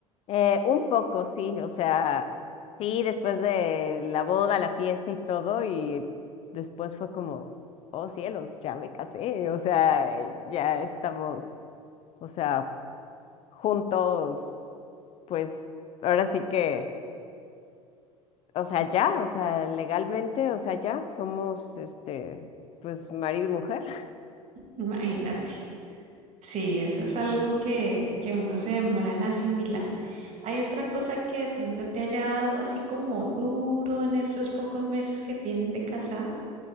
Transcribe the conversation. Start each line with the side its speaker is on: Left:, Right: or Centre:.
Left: Eh, un poco, sí, o sea, sí, después de la boda, la fiesta y todo, y después fue como, oh cielos, ya me casé, o sea, ya estamos, o sea, juntos, pues ahora sí que, o sea, ya, o sea, legalmente, o sea, ya somos, este, pues marido y mujer. <laughs>
Right: Imagínate. Sí, eso es algo que, que uno se demora en asimilar. ¿Hay otra cosa que de pronto te haya dado así como duro en estos pocos meses que tienes de casada?